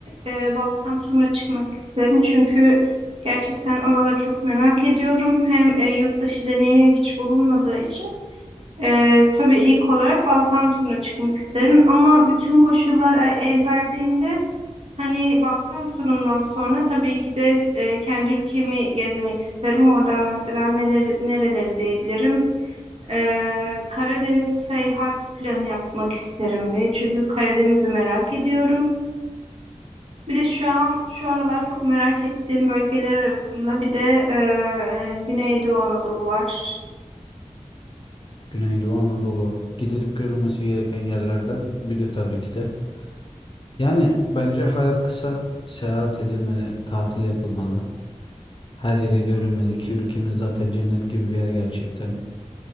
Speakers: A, on the right (about 55°); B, on the left (about 45°).
A: e, Balkan turuna çıkmak isterim. Çünkü gerçekten oraları çok merak ediyorum. Hem e, yurt dışı deneyimim hiç bulunmadığı için. Ee, tabii ilk olarak Balkan turuna çıkmak isterim ama bütün koşullar el el verdiğinde hani Balkan turundan sonra tabii ki de e, kendi ülkemi gezmek isterim. Oradan mesela neleri, nereleri diyebilirim. Ee, Karadeniz seyahat planı yapmak isterim bir. Çünkü Karadeniz'i merak ediyorum. Bir de şu an şu aralar çok merak ettiğim bölgeler arasında bir de e, Güneydoğu Anadolu var.
B: Güneydoğu Anadolu. Gidilip görülmesi gereken yerlerden biri tabii ki de. Yani bence hayat kısa, seyahat edilmeli, tatil yapılmalı. Her yere görülmeli ki ülkemiz zaten cennet gibi bir yer gerçekten.